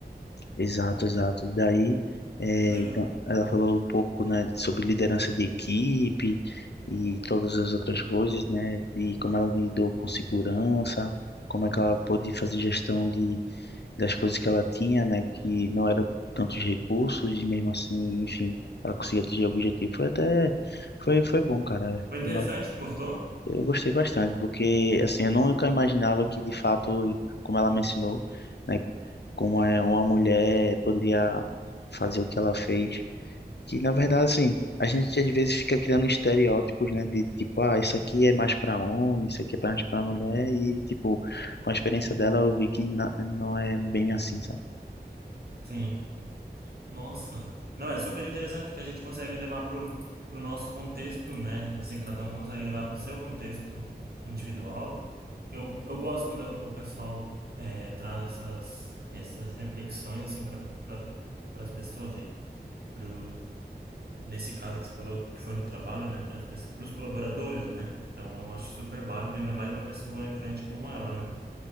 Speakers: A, on the left; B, on the right.
A: Exato, exato. E daí, é,
B: Que legal.
A: então, ela falou um pouco, né, sobre liderança de equipe e todas as outras coisas, né, e como ela lidou com segurança, como é que ela pôde fazer gestão de, das coisas que ela tinha, né, que não era tantos recursos e mesmo assim, enfim, ela conseguia atingir o objetivo. Foi até, foi, foi bom, cara.
B: Foi interessante?
A: Eu
B: Gostou?
A: eu gostei bastante, porque assim, eu nunca imaginava que de fato, como ela me ensinou, né, como é uma mulher poderia fazer o que ela fez. Que na verdade, assim, a gente às vezes fica criando estereótipos, né, de tipo, ah, isso aqui é mais para homem, isso aqui é mais para mulher e tipo, com a experiência dela eu vi que na- não é bem assim, sabe?
B: Sim. Nossa, não, é super interessante porque a gente consegue levar pro, pro nosso contexto, né? Assim, cada um consegue levar pro seu contexto individual. Eu, eu gosto quando o pessoal eh, traz essas, essas reflexões, assim, para pra, as pessoas e pros, nesse caso que você falou que foi no trabalho, né? Para os colaboradores, né? Então, eu acho super válido, ainda mais uma pessoa influente como ela, né?